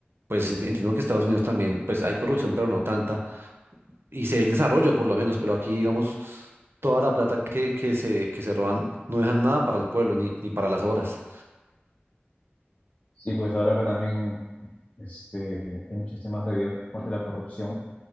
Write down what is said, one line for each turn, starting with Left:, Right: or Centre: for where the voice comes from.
Right: pues ent- entiendo que Estados Unidos también, pues hay corrupción, pero no tanta, y se ve el desarrollo por lo menos, pero aquí, digamos, toda la plata que, que se, que se roban no dejan nada para el pueblo ni, ni para las obras.
Left: Sí, pues ahora acá también este, hay muchos temas de, bio- de la corrupción